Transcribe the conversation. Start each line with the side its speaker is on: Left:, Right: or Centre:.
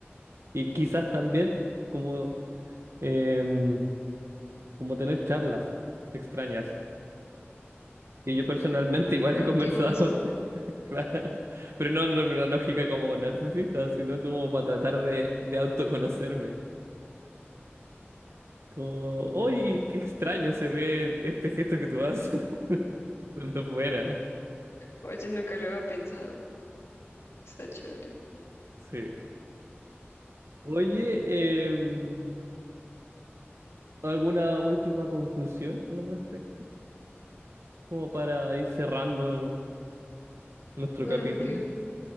Right: Y quizás también como em, como tener charlas extrañas Y yo personalmente igual
Left: Contigo
Right: he conversado,
Left: mismo.
Right: <laughs> claro, pero no, no en una lógica como narcisista, sino como para tratar de, de autoconocerme. Como, uy, qué extraño se ve este gesto que tú haces <laughs> desde fuera.
Left: Oye, nunca lo había pensado. Está chévere.
Right: Sí. Oye, em, ¿alguna última conclusión al respecto? Como para ir cerrando nuestro
Left: Bueno,
Right: capítulo.
Left: creo que